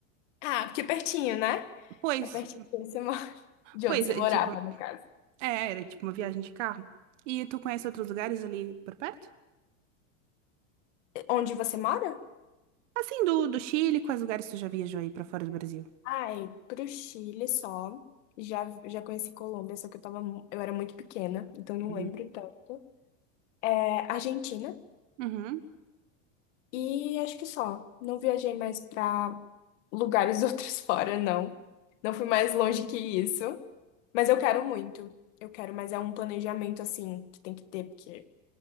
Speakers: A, on the left (about 65°); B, on the right (about 65°).
A: Ah, porque é pertinho, né?
B: Pois,
A: É pertinho de onde você mo- <laughs> de
B: pois,
A: onde você
B: é,
A: morava,
B: tipo,
A: no caso.
B: é, era tipo uma viagem de carro. E tu conhece outros lugares ali por perto?
A: Onde você mora?
B: Assim, do, do Chile, quais lugares tu já viajou aí pra fora do Brasil?
A: Ai, pro Chile só. Já, já conheci Colômbia, só que eu tava, mu- eu era muito pequena, então não
B: Uhum.
A: lembro tanto. É, Argentina.
B: Uhum.
A: E acho que só. Não viajei mais pra lugares <laughs> outros fora, não. Não fui mais longe que isso. Mas eu quero muito. Eu quero, mas é um planejamento assim que tem que ter, porque